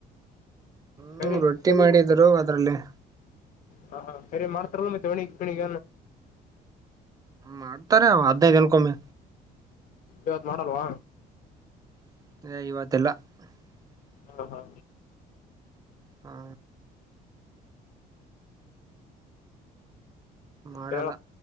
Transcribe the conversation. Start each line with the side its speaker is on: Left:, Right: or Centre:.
Right: ಹ್ಮ್
Left: ಕರಿ
Right: ರೊಟ್ಟಿ
Left: ಕರಿ
Right: ಮಾಡಿದ್ರು ಅದ್ರಲ್ಲಿೇ
Left: ಹಾ ಸರಿ ಮಾಡ್ತಾರ ಮ ಒಣಿಗ್ ಪಣಿಗ
Right: ಮಾಡ್ತಾರೆ ಅವ ಹದ್ನೇ ಜನ್ಕೊಮ್ಮಿ
Left: ಇವತ್ ಮಾಡಲ್ವಾ
Right: <unintelligible>
Left: ಹಾ ಹಾ
Right: ಹಾ ಮಾಡಲ್ಲ
Left: ಹೇಳ